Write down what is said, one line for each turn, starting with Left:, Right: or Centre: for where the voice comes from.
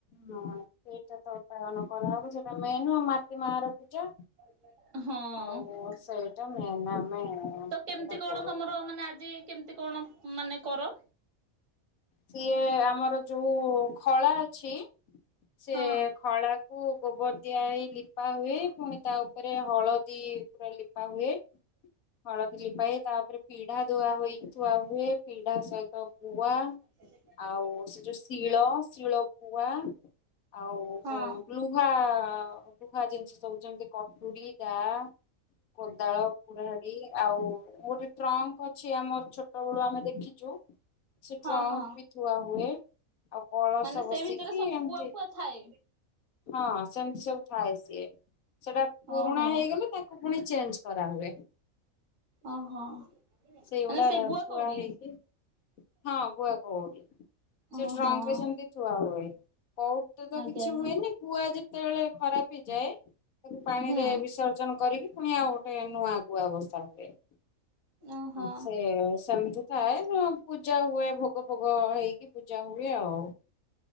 Left: ହଁ-ଅ-ଅ ସେଇଟା ତ ପାଳନ କରାହବ ସେଟା ମେନ୍ ଆଉ ମାଟି ମାଆର ପୂଜା।
Right: ଆଜ୍ଞା। ହଁ-ଅ-ଅ,
Left: ଆଉ ସେଇଟା ମେନ୍ ଆମେ
Right: ତ କେମିତି
Left: ସେଇଟା
Right: କଣ
Left: କରୁ।
Right: ତମର ମାନେ ଆଜି କେମିତି କଣ ମାନେ କର?
Left: ସିଏ-ଏ ଆମର ଯୋଉ ଖଳା ଅଛି, ସେ
Right: ହଁ
Left: ଖଳାକୁ ଗୋବର ଦିଆ ହେଇ ଲିପା ହୁଏ। ପୁଣି ତା ତାପରେ ହଳଦୀ ପୁରା ଲିପା ହୁଏ। ହଳଦୀ ଲିପାହୁଏ, ତାପରେ ପିଢା ଧୁଆ ହୋଇ ଥୁଆ ହୁଏ, ପିଢା ସହିତ ଗୁଆ
Right: ହେଲେ
Left: ଆଉ ସେ ଯୋଉ ଶିଳ, ଶିଳପୁଆ ଆଉ
Right: ହଁ
Left: ଉଁ ଲୁହା-ଆ-ଆ-ଆ, ଲୁହା ଜିନିଷ ସବୁ ଯେମିତି କଟୁୁରି ଦାଆ, କୋଦାଳ, କୁରାଢି ଆଉ ଗୋଟେ ଟ୍ରଙ୍କ୍ ଅଛି ଆମର ଛୋଟ ବେଳୁ ଆମେ ଦେଖିଚୁ ସେ
Right: ହଁ
Left: ଟ୍ରଙ୍କ୍
Right: ହଁ
Left: ବି ଥୁଆ ହୁଏ। ଆଉ କଳସ
Right: ମାନେ ସେଇ
Left: ବସିକି,
Right: ଭିତରେ ସବୁ
Left: ଏମିତି
Right: ଗୁଆ ଫୁଆ ଥାଏ
Left: ହଁ ସେମିତି ସବୁ ଥାଏ ସିଏ। ସେଟା ପୁରୁଣା
Right: ଓହୋ
Left: ହେଇଗଲେ ତାକୁ ପୁଣି ଚେଞ୍ଜ୍ କରାହୁୁଏ।
Right: ଓହୋଃ, ମାନେ
Left: ସେଇଗୁଡା
Right: ସେ ଗୁଆ
Left: ଥୁଆ
Right: କଉଡି
Left: ହେଇକି ହଁ ଗୁଆ କଉଡି, ସେ
Right: ଓହୋ
Left: ଟ୍ରଙ୍କ୍ ରେ ସେମିତି ଥୁଆ ହୁଏ। କଉଡିଟା ତ
Right: ଆଜ୍ଞା
Left: କିଛି
Right: ଆଜ୍ଞା
Left: ହୁଏନି। ଗୁଆ ଯେତେବେଳେ ଖରାପ ହେଇଯାଏ ତାକୁ ପାଣିରେ
Right: ହୁଁ
Left: ବିସର୍ଜନ କରିକି ପୁଣି ଆଉ ଗୋଟେ ନୂଆଁ ଗୁଆ ବସା ହୁଏ।
Right: ଓହୋ
Left: ଆଁ ସେ ସେମିତି ଥାଏ। ସେ ପୂଜା ହୁଏ ଭୋଗ ଫୋଗ ହେଇକି ପୂଜା ହୁଏ ଆଉ।